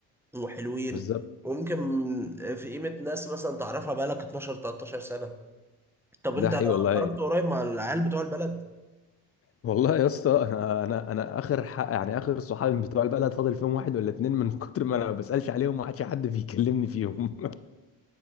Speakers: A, in the centre; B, on the left.
A: وحلوين
B: بالظبط
A: وممكن في قيمة ناس مثلا تعرفها بقالك 12 13 سنة طب
B: ده
A: انت
B: حقيقي والله
A: خرجت قريب مع العيال بتوع البلد
B: والله يا اسطى انا انا انا اخر حق يعني اخر صحابي بتوع البلد فاضل فيهم واحد ولا اتنين من كتر ما انا ما بسالش عليهم ما عادش حد بيكلمني فيهم